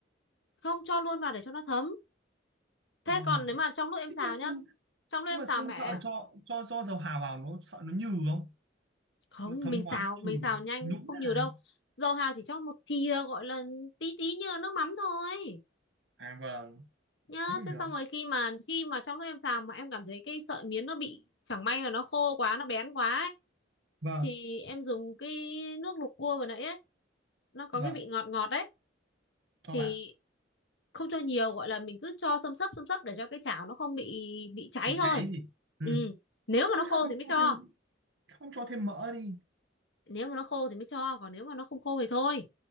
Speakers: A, on the left (about 70°); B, on the right (about 70°).
A: không cho luôn vào để cho nó thấm thế
B: Ờ.
A: còn nếu mà trong lúc em
B: Thế
A: xào
B: nhưng,
A: nhá trong lúc
B: nhưng
A: em
B: mà
A: xào
B: không
A: mẹ
B: sợ cho cho cho dầu hạ vào nó sợ nó nhừ không
A: không
B: nó thấm
A: mình xào
B: quá nó
A: mình
B: nhừ
A: xào nhanh
B: nhũn
A: không
B: này
A: nhiều đâu dầu hào chỉ cho một thìa gọi là tí tí như là nước mắm thôi
B: à vâng
A: nhá
B: thế thì
A: thế
B: được
A: xong rồi khi mà khi mà trong lúc em xào mà em cảm thấy cái sợi miến nó bị chẳng may mà nó khô quá nó bén quá ấy,
B: vâng
A: thì em dùng cái nước luộc cua vừa nãy ấy nó có
B: vâng
A: cái vị ngọt ngọt đấy
B: cho
A: thì
B: vào
A: không cho nhiều gọi là mình cứ cho xâm xấp xâm xấp để cho cái chảo nó không bị bị cháy
B: bị
A: thôi
B: cháy gì ừ
A: ừ nếu mà
B: nhưng
A: nó khô
B: sao không
A: thì mới
B: cho
A: cho
B: thêm không cho thêm mỡ đi
A: nếu mà nó khô thì mới cho còn nếu mà nó không khô thì thôi